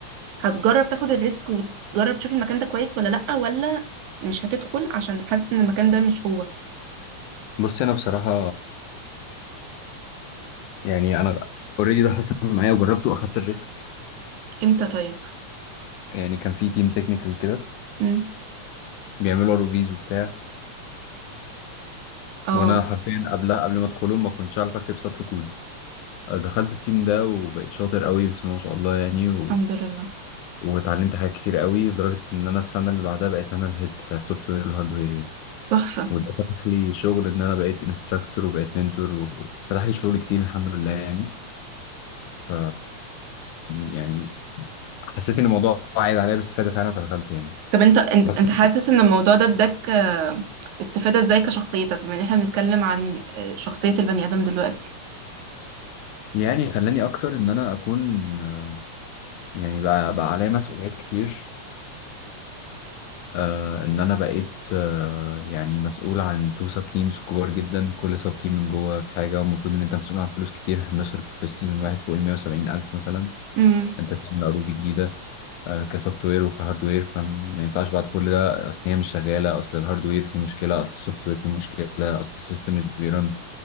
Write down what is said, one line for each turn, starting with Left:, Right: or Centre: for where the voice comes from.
Right: هتجرب تاخد الريسك وتجرب تشوف المكان ده كويس ولا لا ولا مش هتدخل عشان حاسس ان المكان ده مش هو
Left: بص انا بصراحه يعني انا اوريدي ده حصل معايا وجربته واخدت الريسك
Right: امتى طيب
Left: يعني كان في تيم تكنيكال كده
Right: امم
Left: بيعملوا روبيز وبتاع
Right: اه
Left: وانا حرفيا قبلها قبل ما ادخلهم ما كنتش اعرف اكتب سطر كود دخلت التيم ده وبقيت شاطر قوي بسم الله ما شاء الله يعني و...
Right: الحمد لله
Left: واتعلمت حاجات كتير قوي لدرجه ان انا السنه اللي بعدها بقيت انا الهيد بتاع السوفت وير والهاردوير يعني
Right: تحفة
Left: وده فتح لي شغل ان انا بقيت انستراكتور وبقيت منتور وفتح لي شغل كتير الحمد لله يعني ف يعني حسيت ان الموضوع عايد عليا باستفاده فعلا فدخلته يعني
Right: طب انت انت
Left: بس
Right: انت حاسس ان الموضوع ده اداك آه، استفادة ازاي كشخصيتك بما ان احنا بنتكلم عن آه، شخصية البني ادم دلوقتي
Left: يعني خلاني اكتر ان انا اكون آه، يعني بقى, بقى عليا مسؤوليات كتير آه ان انا بقيت آه يعني مسؤول عن تو سب تيمز كبار جدا كل سب تيم من جوه في حاجه والمفروض ان انت مسؤول عن فلوس كتير احنا بنصرف في السيزون الواحد فوق ال 170 الف مثلا
Right: امم
Left: انت بتعمل عروض جديده آه كسوفت وير وكهارد وير فما ينفعش بعد كل ده اصل هي مش شغاله اصل الهارد وير فيه مشكله اصل السوفت وير فيه مشكله اصل السيستم مش بيرن